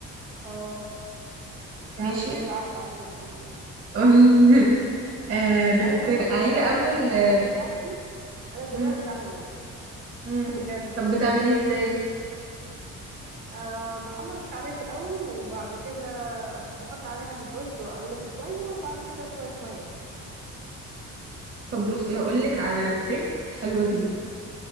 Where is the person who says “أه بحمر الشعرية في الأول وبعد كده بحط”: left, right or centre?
Right